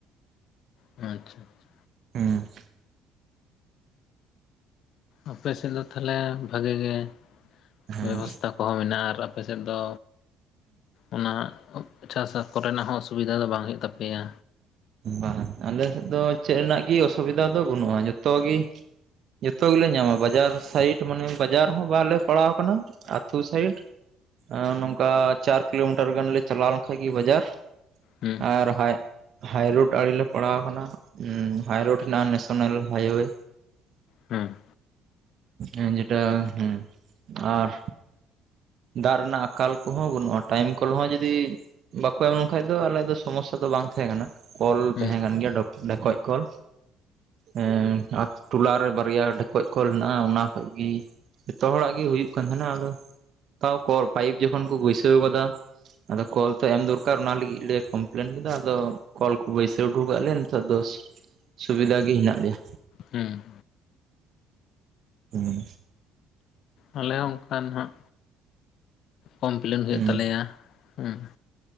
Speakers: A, on the left; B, on the right.
A: ᱟᱪᱪᱷᱟ ᱟᱪᱪᱷᱟ
B: ᱦᱩᱸ
A: ᱟᱯᱮ ᱥᱮᱫ ᱫᱚ ᱛᱟᱦᱚᱞᱮ ᱵᱷᱟᱜᱮ ᱜᱮ
B: ᱦᱮᱸ
A: ᱵᱮᱵᱚᱥᱛᱷᱟ ᱠᱚᱦᱚᱸ ᱢᱮᱱᱟᱜᱼᱟ ᱟᱨ ᱟᱯᱮ ᱥᱮᱫ ᱫᱚ ᱚᱱᱟ ᱪᱟᱥ ᱠᱚᱨᱮᱱᱟᱜ ᱦᱚᱸ ᱚᱥᱩᱵᱤᱫᱷᱟ ᱫᱚ ᱵᱟᱝ ᱦᱩᱭᱩᱜ ᱛᱟᱯᱮᱭᱟ
B: ᱵᱟᱝ ᱟᱞᱮ ᱥᱮᱫ ᱫᱚ ᱪᱮᱫ ᱨᱮᱱᱟᱜ ᱜᱮ ᱚᱥᱩᱵᱤᱫᱷᱟ ᱫᱚ ᱵᱟᱹᱱᱩᱜᱼᱟ ᱡᱚᱛᱚ ᱜᱮ ᱡᱚᱛᱚ ᱜᱮᱞᱮ ᱧᱟᱢᱟ ᱵᱟᱡᱟᱨ ᱥᱟᱭᱤᱴ ᱢᱟᱱᱮ ᱵᱟᱡᱟᱨ ᱦᱚᱸ ᱵᱟᱝᱞᱮ ᱯᱟᱲᱟᱣ ᱟᱠᱟᱱᱟ ᱟᱛᱳ ᱥᱟᱭᱤᱰ ᱱᱚᱝᱠᱟ ᱪᱟᱨ ᱠᱤᱞᱳᱢᱤᱴᱟᱨ ᱜᱟᱱᱞᱮ ᱪᱟᱞᱟᱣ ᱞᱮᱱᱠᱷᱟᱡ ᱜᱮ ᱵᱟᱡᱟᱨ
A: ᱦᱩᱸ
B: ᱟᱨ ᱦᱟᱭ ᱦᱟᱭᱨᱳᱰ ᱟᱲᱞᱮ ᱯᱟᱲᱟᱣ ᱟᱠᱟᱱᱟ ᱦᱟᱭᱨᱳᱰ ᱦᱮᱱᱟᱜᱼᱟ ᱱᱮᱥᱮᱱᱟᱞ ᱦᱟᱭᱚᱣᱮ
A: ᱦᱩᱸ
B: ᱦᱮᱸ ᱡᱮᱴᱟ ᱦᱩᱸ ᱟᱨ ᱫᱟᱜ ᱨᱮᱱᱟᱜ ᱟᱠᱟᱞ ᱠᱚᱦᱚᱸ ᱵᱟᱹᱱᱩᱜᱼᱟ ᱴᱟᱭᱤᱢ ᱠᱚᱨᱮ ᱦᱚᱸ ᱡᱩᱫᱤ ᱵᱟᱠᱚ ᱮᱢ ᱞᱮᱠᱷᱟᱡ ᱫᱚ ᱟᱞᱮ ᱫᱚ ᱥᱚᱢᱚᱥᱥᱟ ᱫᱚ ᱵᱟᱝ ᱛᱟᱦᱮᱸ ᱠᱟᱱᱟ ᱠᱚᱞ
A: ᱦᱩᱸ
B: ᱛᱟᱦᱮᱸ ᱠᱟᱱ ᱜᱮᱭᱟ ᱰᱚᱠ ᱰᱮᱠᱚᱡ ᱠᱚᱞ ᱮᱸ ᱟᱛ <inaudible> ᱴᱚᱞᱟ ᱨᱮ ᱵᱟᱨᱭᱟ ᱰᱷᱮᱠᱚᱡ ᱠᱚᱞ ᱦᱮᱱᱟᱜᱼᱟ ᱚᱱᱟ ᱠᱷᱚᱡ ᱜᱤ ᱡᱚᱛᱚ ᱦᱚᱲᱟᱜ ᱜᱮ ᱦᱩᱭᱩᱜ ᱠᱟᱱ ᱛᱟᱦᱮᱸᱱᱟ ᱟᱫᱚ ᱛᱟᱣ ᱠᱚᱞ ᱯᱟᱭᱤᱯ ᱡᱚᱠᱷᱚᱱ ᱠᱚ ᱜᱟᱹᱭᱥᱟᱹᱣ ᱟᱠᱟᱫᱟ ᱟᱫᱚ ᱠᱚᱞ ᱛᱟᱦᱮᱱ ᱫᱚᱨᱠᱟᱨ ᱚᱱᱟ ᱞᱟᱹᱜᱤᱫ ᱞᱮ ᱠᱚᱢᱯᱞᱮᱱ ᱠᱮᱫᱟ ᱟᱫᱚ ᱠᱚᱞ ᱠᱚ ᱵᱟᱹᱭᱥᱟᱹᱣ ᱦᱚᱴᱚ ᱟᱠᱟᱟᱜ ᱞᱮᱭᱟ ᱱᱮᱛᱟᱨ ᱫᱚ ᱥᱩᱵᱤᱫᱷᱟ ᱜᱮ ᱦᱮᱱᱟᱜ ᱞᱮᱭᱟ
A: ᱦᱩᱸ
B: ᱦᱩᱸ
A: ᱟᱞᱮ ᱦᱚ ᱚᱱᱠᱟ ᱱᱟᱦᱟᱜ ᱠᱚᱢᱯᱞᱮᱱ ᱦᱩᱭᱩᱜ
B: ᱦᱮᱸ
A: ᱛᱟᱞᱮᱭᱟ ᱦᱩᱸ